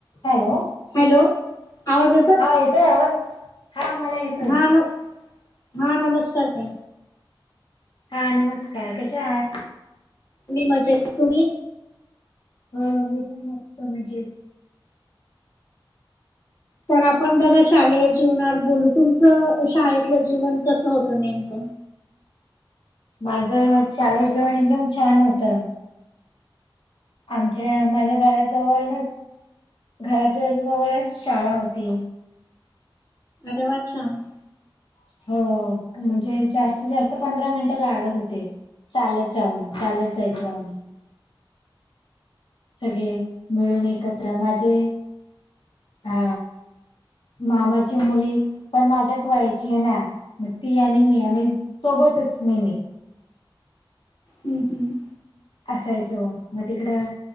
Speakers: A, on the left; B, on the left.
A: Hello
B: hello आवाज
A: हा येतोय आवाज हा मला येतोय
B: हा न हा नमस्कार तई
A: हा नमस्कार कसे आहात
B: त् मजा तुम्ही
A: हो मी पण मस्त म्हणजे
B: तर आपण बघा शालेय जीवनावर बोलू तुमचं शाळेतलं जीवन कसं होतं नेमकं
A: माझं शालेय जीवण एकदम छान होतं आमच्या माझ्या घराजवळच घराच्याच्या जवळच शाळा होती
B: अरे वाछान
A: हो म्हणजे जास्तीत जास्त पंधरा मिनिटं लागत होते चालच जाऊन चालत जायचो आम्ही सगळे मिळून एकत्र माझे अ मामाची मुली पण माझ्याच व्हायची आहे ना मग ती या नेहमी या मी सोबतच नेहमी
B: हम्म हम्
A: असायचो मग तिकडं